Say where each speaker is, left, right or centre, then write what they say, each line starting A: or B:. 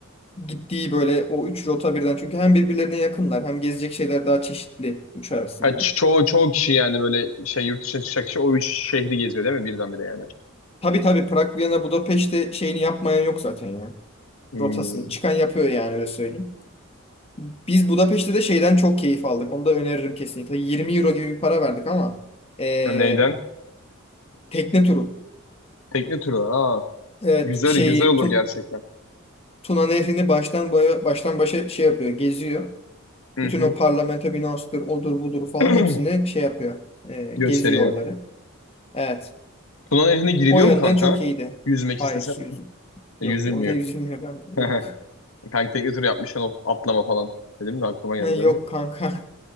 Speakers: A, on the left (about 30°); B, on the left (about 80°).
A: gittiği böyle o üç rota birden çünkü hem birbirlerine yakınlar hem gezecek şeyler daha çeşitli üç arasında.
B: Ha, ç- çoğu çoğu kişi yani böyle şey yurt dışına çıkacak kişi o üç şehri geziyor değil mi birdenbire yani?
A: Tabii tabii Prag, Viyana, Budapeşte şeyini yapmayan yok zaten ya.
B: Hmm.
A: Rotasını çıkan yapıyor yani öyle söyleyeyim. Biz Budapeşte de şeyden çok keyif aldık. Onu da öneririm kesinlikle. 20 euro gibi bir para verdik ama eee,
B: Ya Neyden?
A: tekne turu.
B: Tekne turu. Aa,
A: Evet
B: güzel
A: şeyi
B: güzel olur
A: Tun
B: gerçekten.
A: Tuna Nehri'ni baştan boya, baştan başa şey yapıyor, geziyor.
B: Hı
A: Bütün
B: hı.
A: o parlamento binasıdır, odur budur falan
B: <clears throat>
A: hepsini şey yapıyor. Eee
B: Gösteriyor.
A: geziyor oraları. Evet.
B: Tuna Nehri'ne giriliyor
A: O yönden
B: mu kanka?
A: çok iyiydi.
B: Yüzmek
A: Hayır,
B: istesen.
A: yüz... yok.
B: E, Yüzülmüyor.
A: Orada yüzülmüyor bende.
B: <laughs>
A: Yok. <laughs>
B: Kanka tekne turu yapmışken o atlama falan. Dedim de aklıma geldi
A: Ne, Yok
B: onu.
A: kanka.